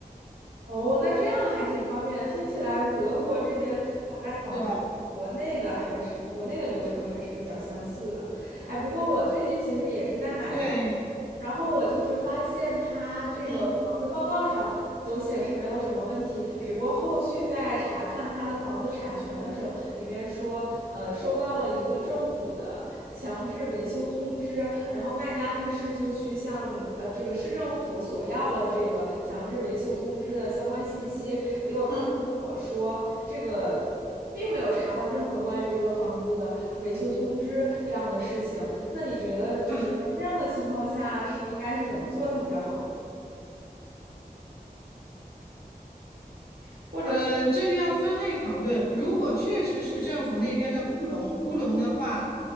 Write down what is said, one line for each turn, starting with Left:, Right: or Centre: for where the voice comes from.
Right: 哦，那这样还挺方便的。听起来德国这边买卖房子，
Left: 对
Right: 国内的还是国内的流程还是比较相似的。哎，不过我最近其实也是在买房。
Left: 对，
Right: 然后我就是发现他这个房子报告上都显示没有什么问题，
Left: 嗯
Right: 只不过后续在查看他的房子产权的时候，里面说，呃，收到了一个政府的强制维修通知，然后卖家律师就去向呃这个市政府索要了这个强制维修通知的相关信息，结果刚才跟我说这个。
Left: 嗯
Right: 并没有查到任何关于这个房子的维修通知这样的事情，那你觉得就是在这样的情况下是应该是怎么做它比较好呢？
Left: 啊。
Right: 或者说，
Left: 嗯，呃这个要分类讨论。如果确实是政府那边的乌龙，乌龙的话，